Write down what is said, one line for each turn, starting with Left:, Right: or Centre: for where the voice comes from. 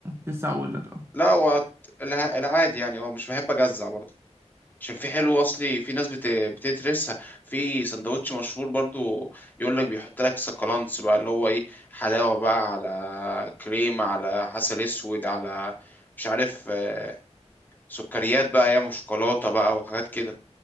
Right: لسه هقول لك اه
Left: لا هو الع- العادي يعني هو مش بحب أجزع برضو عشان في حلو أصلي في ناس بت... بتدرسها في سندوتش مشهور برضو يقول لك بيحط لك سكالانس بقى اللي هو إيه حلاوة بقى على كريم على عسل أسود على مش عارف آه، سكريات بقى ياما شوكولاتة بقى وحاجات كده